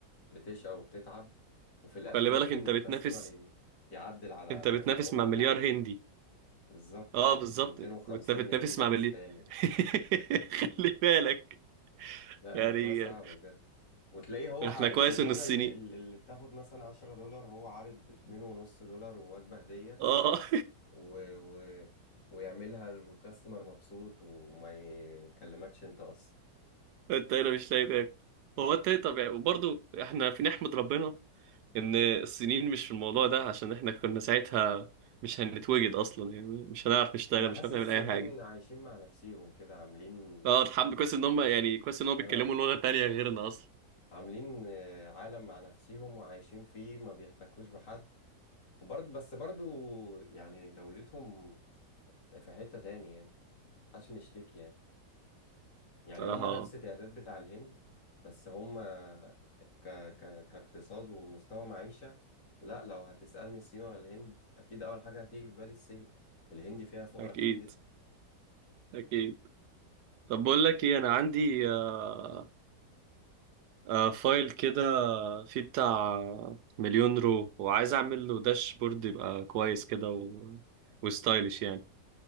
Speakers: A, on the left; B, on the right.
A: بتشقى وبتتعب وفي الاخر
B: وخلي
A: ممكن
B: بالك انت
A: الكاستمر
B: بتنافس
A: ي- يعدل على
B: انت بتنافس
A: ربع
B: مع مليار
A: حاجه بس
B: هندي
A: بالظبط
B: اه
A: و250
B: بالظبط وبت- بتنافس
A: مليون باكستاني
B: مع مليار <laughs> خلي بالك
A: لا
B: يعني
A: الموضوع صعب بجد وتلاقيه هو ع-
B: احنا كويس
A: الشغلانه
B: ان الصيني
A: اللي, اللي اللي بتاخد مثلا 10 دولار هو عارض 2 ونص دولار ووجبه هديه
B: اه
A: و... و... ويعملها والكاستمر مبسوط وما يكلمكش انت اصلا
B: <laughs> انت هنا مش لاقي تاكل هو انت ايه طبيعي وبرضه احنا في نحمد ربنا ان الصينيين مش في الموضوع ده عشان احنا كنا ساعتها مش هنتوجد اصلا يعني مش هنعرف نشتغل
A: انا حاسس
B: مش هنعمل
A: السنين
B: اي حاجه
A: عايشين مع نفسيهم كده عاملين
B: اه الحمد كويس ان هم يعني كويس ان هم
A: اه
B: بيتكلموا لغه تانية غيرنا اصلا
A: عاملين آه، عالم مع نفسيهم وعايشين فيه ما بيحتكوش بحد وبرضه بس برضه يعني دولتهم في حتة تاني يعني محدش مشتكي يعني يعني
B: صراحه
A: هم نفس
B: آه،
A: تعداد بتاع الهند بس هم ك... ك... كاقتصاد ومستوى معيشة لا لو هتسألني الصين ولا الهند اكيد اول حاجة هتيجي في بالي الصين الهند فيها فقرا
B: اكيد
A: كتير جدا
B: اكيد طب بقول لك ايه انا عندي آه آه فايل كده فيه بتاع مليون رو وعايز اعمل له داشبورد يبقى كويس كده و... وستايلش يعني